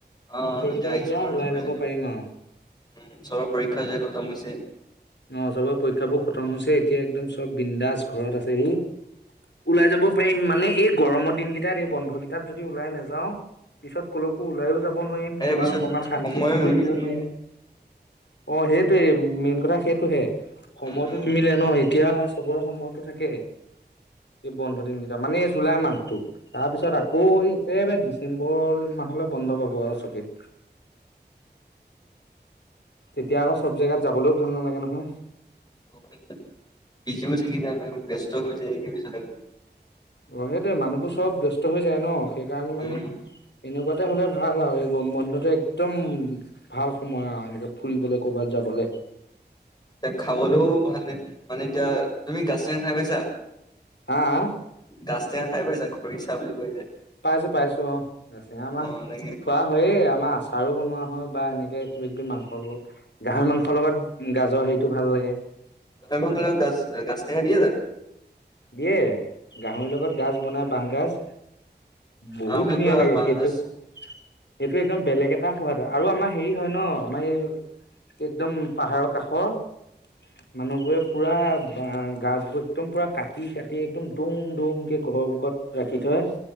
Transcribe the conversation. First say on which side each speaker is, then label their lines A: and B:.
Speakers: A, on the left; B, on the left.
A: অ
B: গোটেই কেইটা
A: আহিছো
B: এতিয়া
A: বাৰু
B: ওলাই
A: চবৰে
B: যাব পাৰিম আৰু।
A: উম, চবৰ পৰীক্ষা যে খতম হৈছে।
B: অ', চবৰে পৰীক্ষাবোৰ খতম হৈছে, এতিয়া একদম চব বিন্দাস ঘৰত আছেহি। ওলাই যাব পাৰিম, মানে এই গৰমৰ দিনকেইটাত, এই বন্ধ কেইটাত যদি ওলাই নেযাওঁ পিছত ক'লৈকো ওলাইও যাব নোৱাৰিম,
A: ইয়াৰ
B: কৰ'বাত
A: পিছত
B: অকমান শান্তিত
A: সময়ো
B: ফুৰিবও
A: নিমিলেগে
B: নোৱাৰিম। অ', সেইটোৱে, মেইন কথা সেইটোহে। সময়তটো
A: উম
B: নিমিলে ন, এতিয়া চবৰে সময়টো থাকে। এই বন্ধ দিনকেইটা, মানে এই জুলাই মাহটো। তাৰপিছত আকৌ একেবাৰে ডিচেম্বৰ মাহলৈ বন্ধ পাব আৰু চবেই। তেতিয়া আকৌ চব জেগাত যাবলৈও ভাল নালাগে নহয়।
A: উম বিজিও থাকি যায়, মানে ব্যস্তও হৈ যায় <unintelligible> পিছতে।
B: অ সেইটোৱে মানুহবোৰ চব ব্যস্ত হৈ যায় ন সেইকাৰণে
A: উম
B: মানে - এনেকুৱাতে হ'লে ভাল আৰু বন্ধটে একদম - ভাল সময় আও এনেকে ফুৰিবলে ক'ৰবাত যাবলে।
A: এতিয়া খাবলৈও ভাল মানে এতিয়া, তুমি গাছটেঙা খাই পাইছা?
B: হা হা?
A: গাছ টেঙা খাই পাইছা? খৰিচা বুলি কৈ যে।
B: পাইছো পাইছো অ গাছটেঙা আমা
A: <unintelligible>
B: খোৱা হয়েই আমাৰ আচাৰো বনোৱা হয় বা এনেকে কিবা কিবি মাংসবোৰত। গাহৰি মাংসৰ লগত গাজৰ সেইটো ভাল লাগে।
A: গাহৰি মাংস লগত গাছ গাছ টেঙা দিয়ে জানো?
B: দিয়ে, গাহৰি লগত গাজ বনাই বাঁহগাজ - বহুত
A: আমাৰ ফালে
B: ধুনীয়া
A: পুৰা
B: লাগে
A: বাঁহগাজ
B: সেইটো - সেইটো একদম বেলেগ এটা সোৱাদ হয়, আৰু আমাৰ হেৰি হয় ন আমাৰ এই - একদম পাহাৰ কাষৰ - মানুহ বোৰে পুৰা বাঁহ গাজবোৰ একদম পুৰা - কাটি কাটি একদম দুম দুমকে ঘৰৰ সন্মুখত ৰাখি থয় -